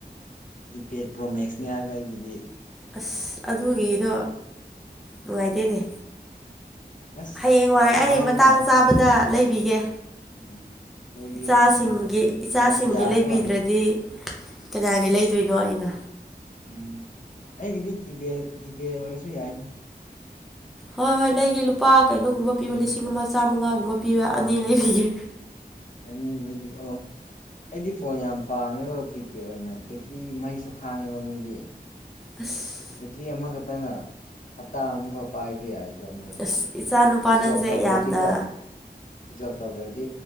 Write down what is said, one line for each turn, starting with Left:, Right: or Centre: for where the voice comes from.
Left: ꯀꯤꯄꯦꯠ ꯄ꯭ꯔꯣꯃꯦꯛꯁꯅꯦ ꯍꯥꯏꯕ ꯑꯩꯒꯤꯗꯤ
Centre: ꯑꯁ ꯑꯗꯨꯒꯤꯗꯣ ꯅꯨꯡꯉꯥꯏꯇꯦꯅꯦ
Left: ꯎꯝ ꯑꯁ
Centre: ꯍꯌꯦꯡꯋꯥꯏ
Left: ꯌꯥꯝ
Centre: ꯑꯩ
Left: ꯄꯥꯏꯕ
Centre: ꯃꯇꯥꯡ
Left: ꯅꯨꯡꯉꯥꯏ
Centre: ꯆꯥꯕꯗ ꯂꯩꯕꯤꯒꯦ
Left: ꯎꯝ ꯂꯩꯕꯤꯌꯣ
Centre: ꯏꯆꯥꯁꯤꯡꯒꯤ
Left: ꯂꯩꯕꯤꯌꯣ
Centre: ꯏꯆꯥꯁꯤꯡꯒꯤ
Left: ꯅꯣꯀꯤꯌꯥ
Centre: ꯂꯩꯕꯤꯗ꯭ꯔꯗꯤ
Left: ꯀꯣ
Centre: ꯀꯅꯥꯒꯤ ꯂꯩꯗꯣꯏꯅꯣ ꯑꯩꯅ
Left: ꯎꯝ ꯑꯩꯒꯤꯗꯤ ꯀꯤꯕꯦꯔ ꯀꯤꯕꯦꯔ ꯑꯣꯏꯔꯁꯨ ꯌꯥꯏꯅ
Centre: ꯍꯣꯏ ꯍꯣꯏ ꯂꯩꯒꯦ ꯂꯨꯄꯥ ꯀꯩꯅꯣꯒꯨꯝꯕ ꯄꯤꯕ
Left: ꯎꯝ
Centre: ꯂꯤꯁꯤꯡ ꯑꯃ ꯆꯥꯝꯃꯉꯥꯒꯨꯝꯕ ꯄꯤꯕ ꯑꯅꯤ
Left: ꯎꯝ
Centre: ꯂꯩꯕꯤꯒꯦ
Left: ꯑꯅꯤ ꯂꯩꯕꯤ ꯑꯣ ꯑꯩꯗꯤ ꯐꯣꯟ ꯌꯥꯝ ꯄꯥꯝꯃꯦꯕ ꯀꯤꯄꯦꯠ ꯑꯣꯏꯅ ꯕꯦꯇ꯭ꯔꯤ ꯃꯩꯁꯨ ꯈꯥꯡꯉꯦꯕ ꯃꯣꯏꯗꯤ
Centre: ꯑꯁ
Left: ꯕꯦꯇ꯭ꯔꯤ ꯑꯃꯈꯛꯇꯪꯅ ꯍꯞꯇꯥ ꯑꯃꯐꯥꯎ ꯄꯥꯏꯕ ꯌꯥꯏ ꯗꯨꯒ ꯃꯣꯏꯗꯤ
Centre: ꯑꯁ ꯏꯆꯥ ꯅꯨꯄꯥ
Left: ꯁ꯭ꯋꯤꯆ
Centre: ꯅꯪꯁꯦ
Left: ꯑꯣꯐ ꯇꯧꯈ꯭ꯔꯗꯤꯀꯣ
Centre: ꯌꯥꯝꯅ
Left: ꯁ꯭ꯋꯤꯆ ꯑꯣꯐ ꯇꯧꯈ꯭ꯔꯗꯤ